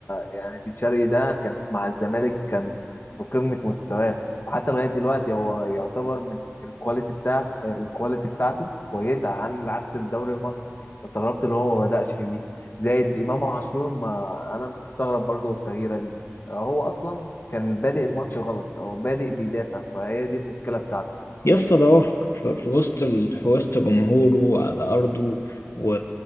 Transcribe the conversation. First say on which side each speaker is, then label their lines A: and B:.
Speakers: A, on the left (about 45°); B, on the left (about 85°).
A: يعني بن شرقي ده كان مع الزمالك كان في قمة مستواه وحتى لغاية دلوقتي هو يعتبر من الكواليتي بتاعته الكواليتي بتاعته كويسة عن عكس الدوري المصري استغربت اللي هو ما بدأش بيه زائد إمام عاشور ما أنا مستغرب برضو التغييرة دي هو أصلا كان بادئ الماتش غلط هو بادئ بيدافع فهي دي المشكلة بتاعته
B: يسطا ده هو في في- في وسط ال... في وسط جمهوره على أرضه و